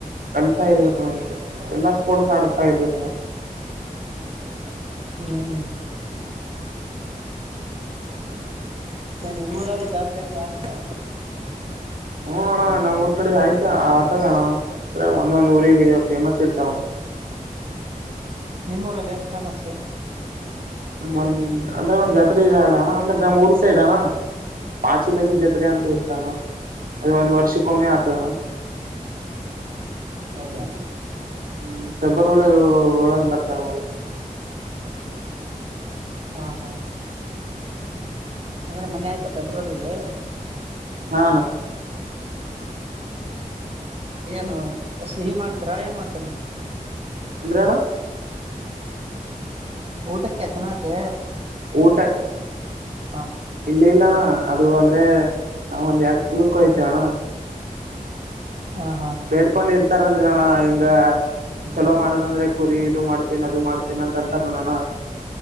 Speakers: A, on the right; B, on the right.
A: ಕಲ್ತಾ ಇರ್ಬೇಕಣ್ಣ ಇ ಎಲ್ಲಾ ಸ್ಪೋರ್ಟ್ಸ್ ನತಾ ಇರ್ಬೇಕಣ್ಣ
B: ಹ್ಮ್ ಚ ನಿಮ್ಮ ಊರಲ್ಲಿ ಜಾತ್ರೆ ಅಂದ್ರೆ ಆಗುತ್ತಾ
A: ಹ್ಮ ಅಣ್ಣ ನಮ್ ಊರ್ ಕಡೆ ಆಯ್ತ ಆತದ ಅಣ್ಣ ಅಂದ್ರೆ ಒಂದೊಂದ್ ಊರಿಗೆ ಫೇಮಸ್ ಇರ್ತಾವಣ
B: ನಿಮ್ಮ ಉರಲ್ಲಿ ಏನ್ ಫೇಮಸ್
A: ಒಂದ್ ಅಂದ್ರೆ ಒಂದ್ ಜಾತರಿ ಇದೆ ಅಣ್ಣ ಅಂದ್ರೆ ನಮ್ಮ್ ಊರ್ ಸೈಡ್ ಅಣ್ಣ ಬಾ ಚೀಲಗೆ ಜತ್ರೆ ಅಂತ
B: ಹ್ಮ್
A: ಇರ್ತಾನ ಅದ ಒಂದ್ ವರ್ಷಕ್ಕೊಮ್ಮೆ ಆತದ ಅಣ್ಣ
B: ಹೌದಾ
A: ಹ್ಮ್ ಪೆಬ್ರವರಿ ಒಳಗೆ ಬರ್ತದು
B: ಹಾ ಹಾ
A: ಹ್ಮ್
B: ಅಂದ್ರೆ ಮನೆ ಆಯ್ತಾ ಫೆಬ್ರವರಿಲಿ
A: ಹಾ
B: ಏನು ಸಿಹಿ ಮಾಡ್ತಾರಾ ಏನ್ ಮಾಡ್ತಾರ
A: ಅಂದ್ರೆ ಅಣ್ಣ
B: ಊಟಕ್ಕೆತನ ಕೆ
A: ಊಟ
B: ಅಂತ?
A: ಇಲ್ಲ ಇಲ್ಲಣ್ಣ ಅದು ಅಂದ್ರೆ ನಾವ ಒಂದ್ ಯಾರ್ ಕುರ್ಕಯ್ತೇವಣ್ಣ
B: ಹಾ ಹಾ
A: ಬೇಡ್ಕೊಂಡ್ ಇರ್ತಾರಲ್ರೋಣ ಹಿಂಗ ಚಲೋ ಮಾಡೋದಂದ್ರೆ ಕುರಿ ಅದು ಮಾಡ್ತೇನ್ ಅದು ಮಾಡ್ತೇನ ಅಂತ ಅಂತಾರ ನೋಣ